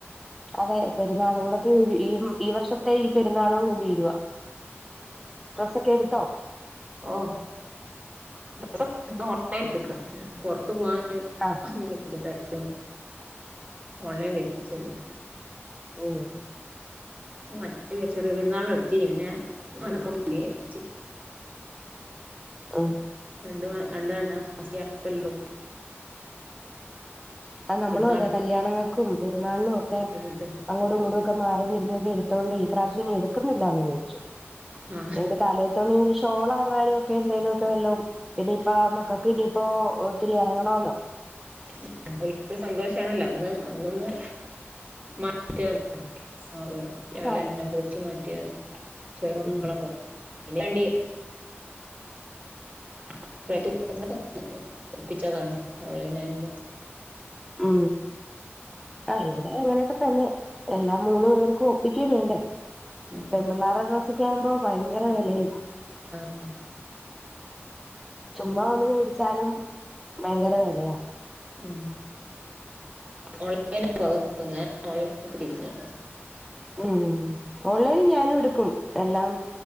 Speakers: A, in the centre; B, on the right.
A: അതെ പെരുന്നാളും കൂടെ തീരു ഈ ഈ വർഷത്തെ ഈ പെരുന്നാളുവങ്ങ് തീരുവാ ഡ്രസ്സൊക്കെയെടുത്തോ?
B: ഓ ഡ്രെസ്സൊക്കെട്ത്ത് ഓൺലൈനില്ട്ത്തെക്ക പൊർത്ത് പോവാൻ
A: ആ
B: ബുദ്ധിമുട്ടായോണ്ട് ഓൺലൈൻ വെര്ത്തിച്ചെല്ലോം
A: ഓഹ്
B: മറ്റേ ചെറിയ പെരുന്നാളിന്ടുത്തീനി പിന്നെ അങ്ങനൊക്കെ മതി വെച്ച്
A: ആഹ്
B: രണ്ട് മാ രണ്ട് രണ്ടരമാസത്തെ ക്യാപെല്ലെള്ളു
A: ആ നമ്മളും
B: പെരുന്നാൾ
A: അതെ കല്യാണങ്ങൾക്കും, പെരുന്നാളിനുവൊക്കെ
B: കഴിഞ്ഞിട്ട്
A: അങ്ങോടുയിങ്ങോട്ടുവൊക്കെ മാറി തിരിഞ്ഞൊക്കെയെടുത്തോണ്ട് ഇപ്രാവിശ്യം ഇനിയെടുക്കുന്നില്ല വിചാ രിച്ചു പിന്നെ
B: ആ
A: ഒരു തലയത്തോണി ഒരു ഷോളാങ്ങാനും ഒക്കെന്തേലുവൊക്കെ വെല്ലോം പിനിയിപ്പ മക്കൾക്ക് ഇനിയിപ്പോ ഒത്തിരി എറങ്ങണവല്ലോ?
B: <unintelligible> സന്തോഷാണല്ലോ അന്ന് അന്നൊന്ന് മാറ്റോൾക്ക് <unintelligible> രാവിലെന്നെ
A: അതെ
B: കുളിച്ച് മാറ്റിയ ചെറിയ മക്കളാവുമ്പോ
A: ഉം
B: അയിന് വേണ്ടി <unintelligible> ഒപ്പിച്ചതാണ് ഓൺലൈനായുമ്പോ
A: ആ ആ ഇവിടെ അങ്ങനെയൊക്കെ തന്നെ എല്ലാം മൂന്ന് പേർക്കും ഒപ്പിക്കയും വേണ്ടേ
B: <unintelligible>
A: പെൺ പിള്ളാരെ ഡ്രസ്സൊക്കെ ആകുമ്പോ ഭയങ്കര വെലീം
B: ആ ആ
A: ചുമ്മാ ഒന്ന് മേടിച്ചാലും ഭയങ്കര വെലയ
B: ഉം ഓൺലൈൻ പോ ഞാൻ ഓൺലൈനിമക്ക് തിരിഞ്ഞെ
A: ഉം ഓൺലൈനി ഞാനും എടുക്കും എല്ലാം